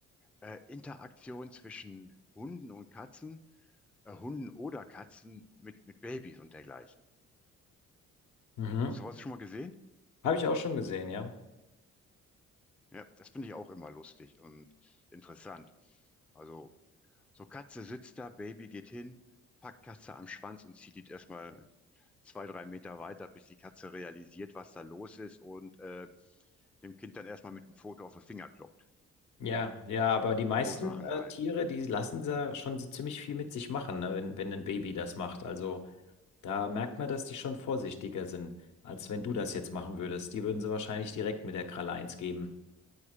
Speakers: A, in the centre; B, on the left.
A: äh, Interaktion zwischen Hunden und Katzen, äh, Hunden oder Katzen mit, mit Babys und dergleichen.
B: Mhm.
A: Hast du was schon mal gesehen?
B: Habe ich auch schon gesehen, ja.
A: Ja, das finde ich auch immer lustig und interessant. Also, So, Katze sitzt da, Baby geht hin, packt Katze am Schwanz und zieht die erstmal zwei, drei Meter weiter, bis die Katze realisiert, was da los ist und äh, dem Kind dann erstmal mit einem Foto auf den Finger kloppt.
B: Ja, ja, aber die meisten
A: So Sachen
B: äh,
A: halt.
B: Tiere, die lassen ja schon so ziemlich viel mit sich machen, ne, wenn, wenn ein Baby das macht. Also da merkt man, dass die schon vorsichtiger sind, als wenn du das jetzt machen würdest. Die würden sie wahrscheinlich direkt mit der Kralle eins geben.